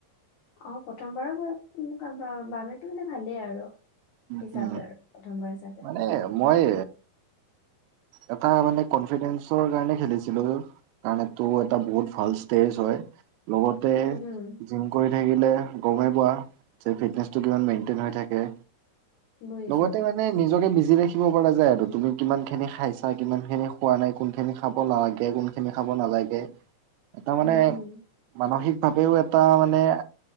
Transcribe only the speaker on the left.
অ' প্ৰথমবাৰৰ বা বা বাবেটো মানে ভালেই আৰু।
হিচাপে
আৰু প্ৰথমবাৰ হিচাপে
উম হম
বুজিছো
উম হম